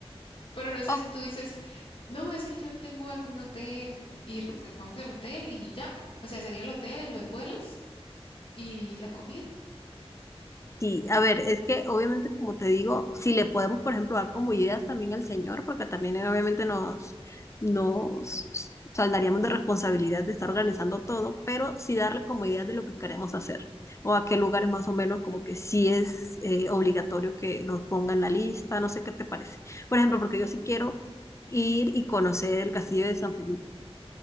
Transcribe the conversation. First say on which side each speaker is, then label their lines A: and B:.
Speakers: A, on the left; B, on the left.
A: Pero no sé
B: ok,
A: si tú dices, no, es que yo tengo algún hotel y reservamos el hotel y ya. O sea, sería el hotel, los vuelos y la comida.
B: Sí, a ver, es que obviamente, como te digo, si le podemos, por ejemplo, dar como ideas también al señor, porque también él obviamente nos, nos saldaríamos de responsabilidad de estar organizando todo, pero sí darle como ideas de lo que queremos hacer o a qué lugares más o menos como que sí es eh, obligatorio que los ponga en la lista, no sé qué te parece. Por ejemplo, porque yo sí quiero ir y conocer el castillo de San Felipe,